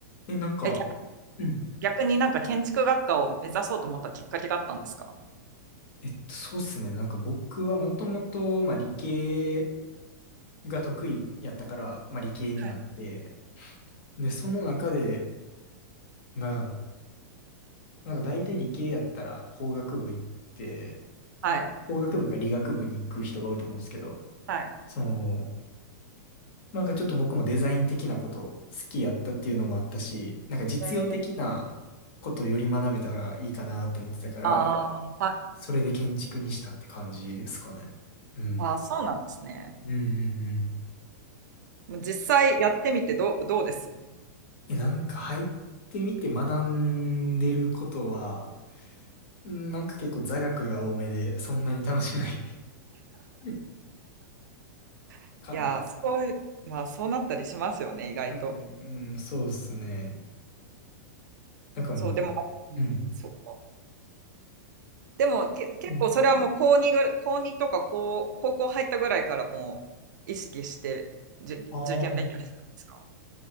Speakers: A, on the left; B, on the right.
A: え、なんか、
B: え、逆
A: うん。
B: 逆になんか建築学科を目指そうと思ったきっかけがあったんですか
A: えっと、そうっすね。なんか僕はもともと、まあ理系が得意やったから、まあ理系になって、
B: はい。
A: で、その中で、なんやろなんか大体理系やったら工学部行って、
B: はい。
A: 工学部か理学部に行く人が多いと思うんですけど、
B: はい。
A: その、なんかちょっと僕もデザイン的なことを好きやったっていうのもあったし、なんか実用的な
B: えー
A: ことをより学べたらいいかなって思ってたから、
B: ああ、はい。
A: それで建築にしたって感じですかね。うん。
B: あー、そうなんですね。
A: うんうんう
B: もう実際やってみてどう、どうです
A: ん。え、なんか入ってみて学んでることは、うんなんか結構座学が多めで、そんなに楽しくない <laughs>
B: いやー、
A: かな。
B: そういう、まあそうなったりしますよね、意外と。
A: うん、うん、そうですね。なんかもう、
B: そう、でも、うん、
A: うん。
B: そう。でもけ、結構それはもう高2ぐ高2とか高、
A: うん。
B: 高校入ったぐらいからもう意識してじゅ受験勉強してたんですか
A: ああ。